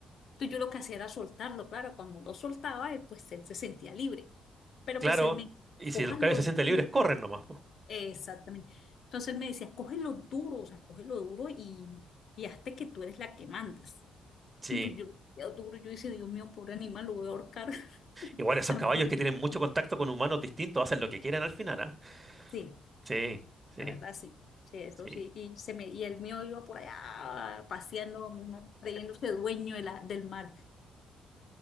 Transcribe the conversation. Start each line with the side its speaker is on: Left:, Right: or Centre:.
Left: entonces yo lo que hacía era soltarlo, claro, cuando lo soltaba, él, pues él se sentía libre, pero
Right: claro,
Left: pues él me,
Right: y si
Left: cójanlo
Right: los caballos se sienten libres,
Left: duro,
Right: corren nomás, po.
Left: exactamente, entonces él me decía, cógelo duro, o sea, cógelo duro y, y hazte que tú eres la que mandas,
Right: Sí.
Left: entonces yo lo cogía duro, yo decía, Dios mío, pobre animal, lo voy a ahorcar,
Right: Igual esos
Left: <laughs>
Right: caballos que tienen mucho contacto con humanos distintos hacen lo que quieran al final, ¿ah?
Left: sí,
Right: Sí, sí,
Left: la verdad sí, sí, eso
Right: sí.
Left: sí, y, se me, y el mío iba por allá paseando, ¿no? creyéndose dueño de la, del mar.